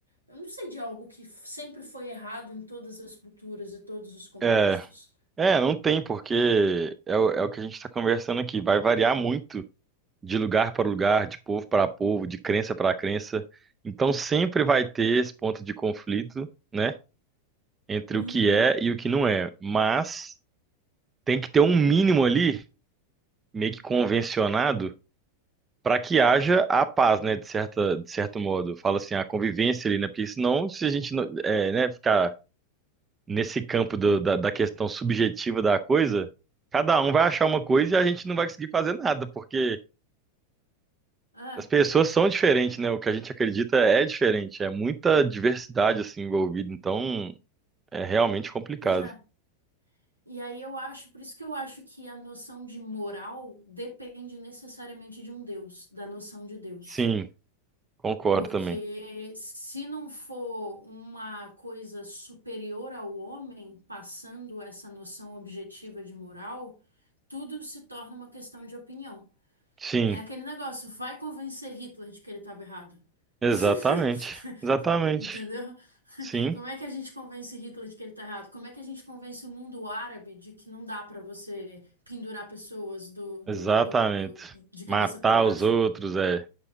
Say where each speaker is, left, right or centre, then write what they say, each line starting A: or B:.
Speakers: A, on the right (about 80°); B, on the right (about 20°).
A: Eu não sei de algo que f- sempre foi errado em todas as culturas e todos os contextos.
B: É. É, não tem, porque é o, é o que a gente está conversando aqui. Vai variar muito de lugar para lugar, de povo para povo, de crença para crença. Então sempre vai ter esse ponto de conflito, né? Entre
A: Uhum.
B: o que é e o que não é. Mas tem que ter um mínimo ali, meio que convencionado. para que haja a paz, né, de certa, de certo modo. Fala assim, a convivência ali, né? Porque senão, se a gente não- é, né, ficar nesse campo do- da, da questão subjetiva da coisa, cada um vai achar uma coisa e a gente não vai conseguir fazer nada, porque
A: É,
B: as pessoas são diferentes, né? O que a gente acredita é diferente, é muita diversidade assim envolvida, então é realmente complicado.
A: pois é. E aí eu acho, por isso que eu acho que a noção de moral depende necessariamente de um Deus, da noção de Deus.
B: Sim, concordo
A: Porque
B: também.
A: se não for uma coisa superior ao homem passando essa noção objetiva de moral, tudo se torna uma questão de opinião.
B: Sim,
A: É aquele negócio, vai convencer Hitler de que ele estava errado.
B: exatamente.
A: <laughs>
B: Exatamente.
A: Entendeu? <laughs>
B: Sim,
A: Como é que a gente convence Hitler de que ele tá errado? Como é que a gente convence o mundo árabe de que não dá para você pendurar pessoas do, do,
B: exatamente.
A: do- do- de cabeça
B: Matar
A: para baixo?
B: os outros, é.